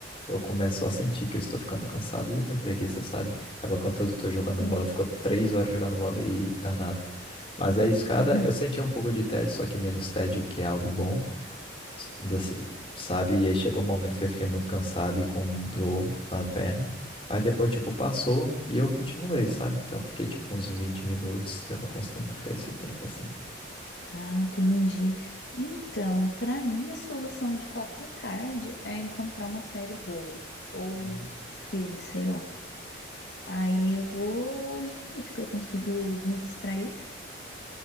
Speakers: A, on the left (about 30°); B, on the left (about 65°).
A: eu começo a sentir que eu estou ficando cansado e eu tenho preguiça, sabe? Agora, quando eu estou jogando
B: sim.
A: bola, ficou três horas jogando bola e tá nada. Mas a escada,
B: <laughs>
A: eu senti um pouco de tédio, só que menos tédio, que é algo bom s- dessa- sabe? E aí chegou um momento que eu fiquei muito cansado e com dor na perna. Mas depois, tipo, passou e eu continuei, sabe? Então eu fiquei, tipo, uns 20 minutos. Eu não costumo ficar esse tempo assim.
B: Ah, entendi. Então, para mim, a solução de qualquer cardio é encontrar uma série boa ou
A: Uhum.
B: filme, sei lá. Aí eu vou ao infinito, que eu consigo me distrair.